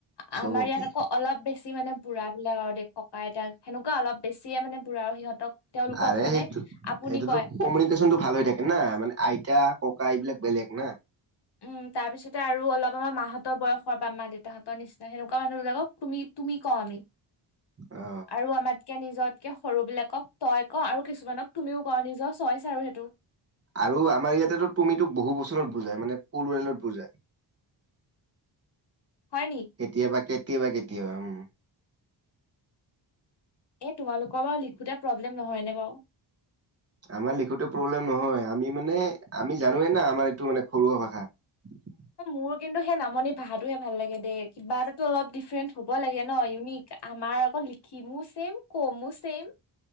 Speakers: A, on the right (about 30°); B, on the left (about 60°).
A: চবকে
B: আমাৰ ইয়াত আকৌ অলপ বেছি মানে বুঢ়া বিলাক আৰু দে ককা আইতাক। সেনেকুৱা অল বেছিয়ে মানে। বুঢ়া আৰু সিহঁতক তেওঁলোকক
A: আৰে
B: মানে
A: সেইটো
B: আপুনি
A: সেইটোতো
B: কয়
A: কমিউনিকেশ্যনতটো ভাল হৈ থাকে না মানে আইতা। ককা এইবিলাক বেলেগ না।
B: উম তাৰ পিছতে আৰু অলপ আমাৰ মাহতৰ বয়স। ঘৰ বা মা দেউতাহতৰ নিচনা সেকুৱা মানুহবিলাকক তুমি। তুমি কওঁ আমি।
A: অ
B: আৰু আমাতকে নিজতকে সৰুবিলাকক তই ক আৰু কিছুমানক তুমিও ক, নিজৰ চইচ আৰু সেইটো।
A: আৰু আমাৰ ইয়াতে তুমিতো বহু বছৰত বুজাই, মানে পুলৱেলত ৱেলত বুজাই
B: হয় নি
A: কেতিয়াবা, কেতিয়াবা, কেতিয়াবা, উম।
B: এ তোমালোকৰ বাৰু লিখোতে প্ৰব্লেম নহয় নে বাৰু।
A: আমাৰ লিখোতে প্ৰব্লেম নহয়। আমি মানে আমি জানোৱে না, আমাৰ এইটো মানে ঘৰুৱা ভাষা। <unintelligible>
B: মোৰ কিন্তু সেই নামনি ভাষাটোহে ভাল লাগে দেই। কিবা এটাতো অলপ ডিফ্ৰেৰেন্ট হ'ব লাগে ন ইউনিক। আমাৰ আকৌ লিখিমো ছেম কমো ছেম।